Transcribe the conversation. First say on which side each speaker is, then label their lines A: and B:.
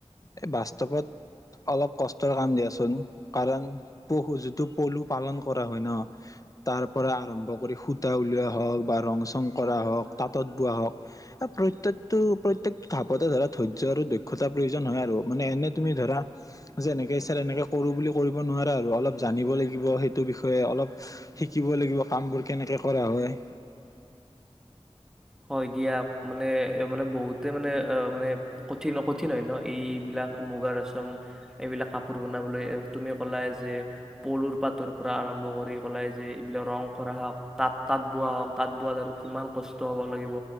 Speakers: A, on the left (about 30°); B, in the centre.
A: এই বাস্তৱত অলপ কষ্টৰ কাম দিয়াচোন কাৰণ পহু যিটো পলু পালন কৰা হয় ন তাৰ পৰা আৰম্ভ কৰি সূতা উলিওৱা হওক বা ৰং চং কৰা হওক তাঁতত বোৱা হওক প্ৰত্যেক প্ৰত্যেকটো ঘাপতে ধৰা ধৈৰ্য আৰু দক্ষ্তা প্ৰয় নহয় আৰু মানে এনে তুমি ধৰা যে যেনেকে ইচ্ছা তেনেকে কৰো বুলি কৰিব নোৱাৰা আৰু অলপ জানিব লাগিব সেইটো বিষয়ে অলপ শিকিব লাগিব কামবোৰ কেনেকে কৰা হয়৷
B: হয় দিয়া মানে-মানে বহুতে মানে-মানে কঠিন কঠিন হয় ন এইবিলাক মুগা ৰেচম এইবিলাক কাপোৰ বনাবলৈ তুমি ক'লাই যে পলুৰ পাতৰ পৰা আৰম্ভ কৰি কলাই যে এইবিলাক ৰং কৰা হওক তাঁত-তাঁত বোৱা হওক তাঁত বোৱাত আৰু কিমান কষ্ট হ'ব লাগিব